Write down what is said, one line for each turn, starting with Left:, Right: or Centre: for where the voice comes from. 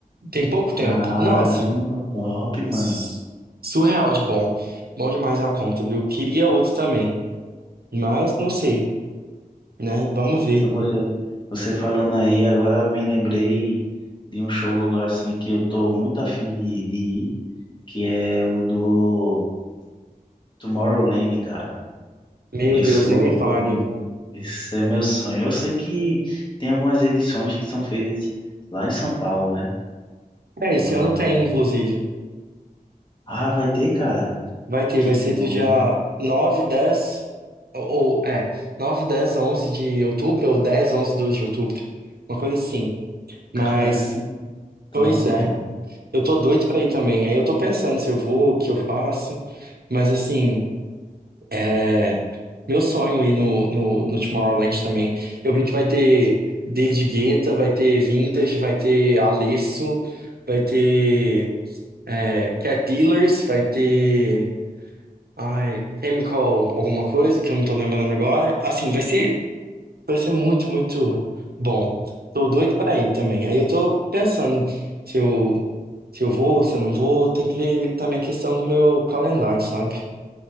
Right: tem pouco tempo.
Left: Caramba,
Right: Nossa,
Left: top,
Right: s-
Left: mano.
Right: surreal de bom. Bom demais a conta, viu? Queria outro também, mas não sei, né? Vamos ver.
Left: Você, você falando aí, agora me lembrei de um show assim que eu tô muito afim de, de ir, que é o do Tomorrowland, cara.
Right: Meu
Left: Isso,
Right: Deus, nem me fale.
Left: Esse é meu sonho. Eu sei que tem algumas edições que são feitas lá em São Paulo, né?
Right: É,
Left: Mano.
Right: esse ano tem, inclusive.
Left: Ah, vai ter, cara?
Right: Vai ter,
Left: Que
Right: vai ser
Left: bom.
Right: do dia 9 10 ou, ou- é, 9 10 11 de outubro, ou 10 11 12 de outubro. Uma coisa assim. Mas,
Left: Caramba, top,
Right: pois é.
Left: velho.
Right: Eu tô doido pra ir também. Aí eu tô pensando se eu vou, o que eu faço. Mas assim, é, meu sonho é ir no, no, no Tomorrowland também. Eu vi que vai ter David Guetta, vai ter Vintage, vai ter Alesso, vai ter é, Cat Dealers, vai ter ai, Chemical alguma coisa que eu não tô lembrando agora. Assim, vai ser Vai ser muito, muito bom. Tô doido pra ir também. Aí eu tô pensando se eu, se eu vou, se eu não vou. Tem que ver também questão do meu calendário, sabe?